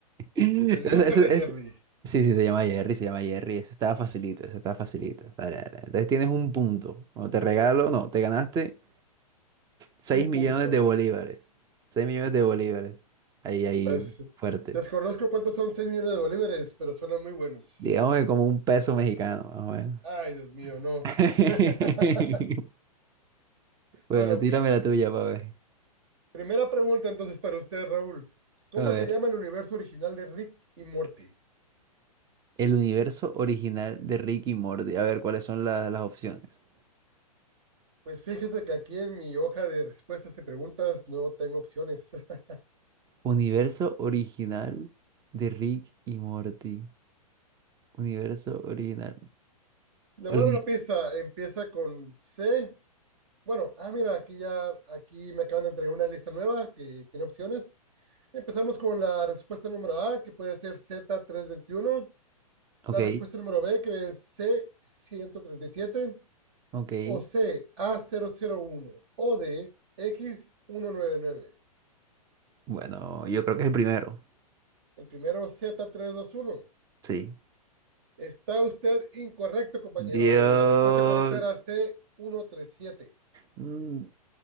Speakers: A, on the right; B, on the right.
A: Es-
B: el loser
A: es- es-
B: de Jerry,
A: Sí, sí, se llama Jerry, se llama Jerry. Eso estaba facilito, eso estaba facilito. Dale, dale. Entonces tienes un punto. Bueno, te regalo, no, te ganaste 6
B: un
A: millones
B: punto.
A: de bolívares. seis millones de bolívares. Ahí, ahí,
B: Pues
A: fuerte.
B: desconozco cuántos son 6 millones de bolívares, pero suenan muy buenos.
A: Digamos que como un peso mexicano, más o menos.
B: Ay, Dios mío, no.
A: <laughs>
B: <laughs>
A: Bueno,
B: Bueno,
A: tírame
B: pues,
A: la tuya para ver.
B: primera pregunta entonces para usted, Raúl. ¿Cómo
A: A ver.
B: se llama el universo original de Rick y Morty?
A: El universo original de Rick y Morty. A ver, ¿cuáles son la- las opciones?
B: Pues fíjese que aquí en mi hoja de respuestas y preguntas no tengo opciones. <laughs>
A: Universo original de Rick y Morty. Universo original.
B: Le
A: Oli-
B: voy a dar una pista. Empieza con C Bueno, ah, mira, aquí ya, aquí me acaban de entregar una lista nueva que tiene opciones. Empezamos con la respuesta número A, que puede ser z trescientos veintiuno.
A: Ok,
B: la respuesta número B, que es c ciento treinta y siete
A: ok.
B: o C, a cero cero uno o D, x ciento noventa y nueve.
A: Bueno, yo creo que es el primero.
B: El primero, Z321.
A: Sí.
B: Está usted incorrecto, compañero.
A: Dios.
B: El- La respuesta correcta era c ciento treinta y siete.
A: Mm,